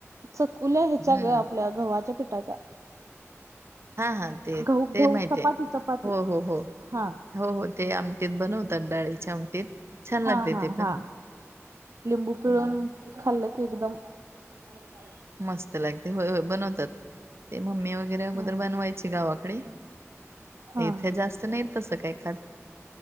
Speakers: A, on the right; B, on the right.
A: चकुल्या ह्याच्या
B: हम्म.
A: ग आपल्या गव्हाच्या पिठाच्या
B: हा हा ते
A: गहू
B: ते
A: गहू
B: माहिती
A: चपाती
B: आहे
A: चपाती
B: हो हो हो
A: हा
B: हो हो ते आमटीत बनवते. डाळीच्या आमटीत छान लागते
A: हा हा
B: ते पण.
A: हा लिंबू पिळून
B: हम्म
A: खाल्लं की एकदम. हर पा.
B: मस्त लागते होय होय बनवतात. ते मम्मी वगैरे
A: हम्म
B: वगोर बनवायची गावाकडे
A: हा
B: इथे जास्त नाहीत. तसं काय खात.